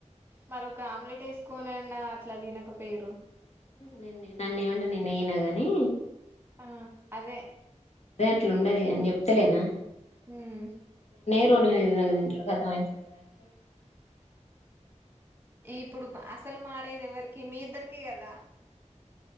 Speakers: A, on the right (about 20°); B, on the left (about 60°).
A: మరొక ఆమ్లెట్ ఏసుకోనైన అట్లా తినక పైరు
B: నిన్ని నన్నే ఏయమంటే నేను ఎయ్యనా గాని
A: ఆ అదే
B: ఇట్లా ఉండదు ఇగ నేన్ జెప్తలేనా
A: మ్
B: <unintelligible>
A: ఇప్పుడు అసలు మాడేది ఎవరికి మీ ఇద్దరికే కదా